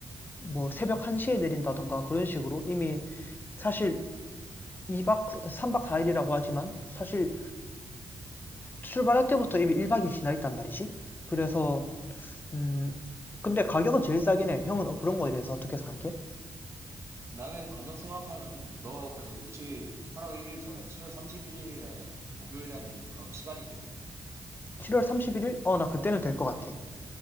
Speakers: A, on the left; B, on the right.
A: 뭐 새벽 1시에 내린다던가 그런 식으로 이미 사실 2박 3박 4일이라고 하지만 사실 출발할 때부터 이미 1박이 지나 있단 말이지. 그래서 음 근데 가격은 제일 싸긴 해. 형은 그런 거에 대해서 어떻게 생각해?
B: 나는 가격 생각하면은 너 그 혹시 8월 1일 전에 7월 31일에 목요일에는 그럼 시간이 돼?
A: 7월 31일? 어, 나 그때는 될 것 같아.